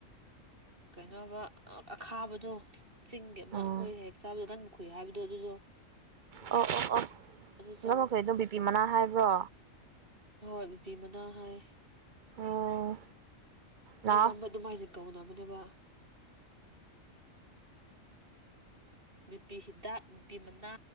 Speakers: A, on the right (about 45°); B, on the right (about 60°).
A: ꯀꯩꯅꯣꯕ ꯑꯈꯥꯕꯗꯣ ꯆꯤꯡꯒꯤ ꯑꯃ
B: ꯎꯝ
A: ꯑꯩꯈꯣꯏ ꯍꯦꯛ ꯆꯥꯕꯗ ꯀꯟ ꯈꯨꯨꯏ ꯍꯥꯏꯕꯗꯣ ꯑꯗꯨꯗꯣ
B: ꯑꯣ ꯑꯣ ꯑꯣ
A: ꯑꯗꯨ ꯆꯥꯏ
B: ꯅꯝꯃꯈꯣꯏ ꯑꯗꯨꯝ ꯕꯤꯄꯤ ꯃꯅꯥ ꯍꯥꯏꯕ꯭ꯔꯣ
A: ꯍꯣꯏ ꯕꯤꯄꯤ ꯃꯅꯥ ꯍꯥꯏ
B: ꯎꯝ ꯂꯥꯎ
A: ꯑꯌꯥꯝꯕ ꯑꯗꯨꯃꯥꯏꯅ ꯀꯧꯅꯕ ꯃꯅꯦꯕ ꯅꯨꯄꯤ ꯍꯤꯗꯥꯛ ꯅꯨꯄꯤ ꯃꯅꯥ